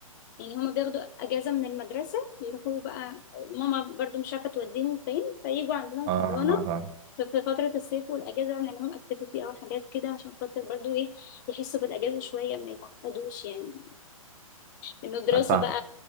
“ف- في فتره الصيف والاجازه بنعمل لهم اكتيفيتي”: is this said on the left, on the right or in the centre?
Left